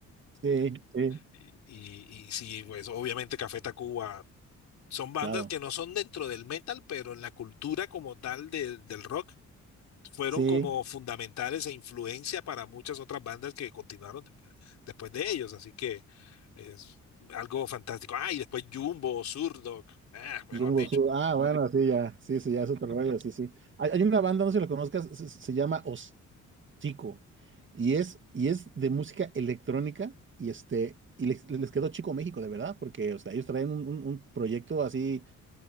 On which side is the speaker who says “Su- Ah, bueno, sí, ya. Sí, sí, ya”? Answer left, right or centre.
Right